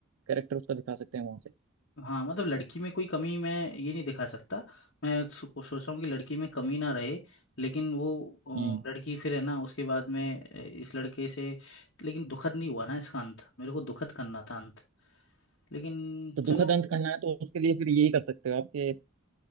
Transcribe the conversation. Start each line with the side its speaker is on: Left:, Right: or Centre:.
Right: कैरेक्टर उसका दिखा सकते हैं वहां से
Left: हाँ मतलब लड़की में कोई कमी मैं ये नहीं दिखा सकता मैं सो, सोच रहा हूँ कि लड़की में कमी ना रहे लेकिन वो
Right: हम्म
Left: अ, लड़की फिर है ना उसके बाद में अ, इस लड़के से लेकिन दुखद नहीं हुआ ना इसका अंत मेरे को दुखद करना था अंत लेकिन
Right: तो दुखद
Left: चलो
Right: अंत करना है तो उसके लिए फिर यही कर सकते हो आपके